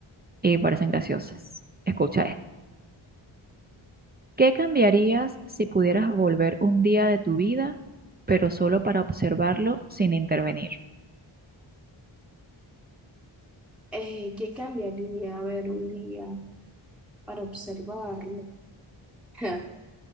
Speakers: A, on the right (about 20°); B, in the centre.
A: y parecen graciosas. Escucha esto. ¿Qué cambiarías si pudieras volver un día de tu vida, pero solo para observarlo sin intervenir?
B: Eh, ¿qué cambiaría? A ver, un día para observarlo. <laughs>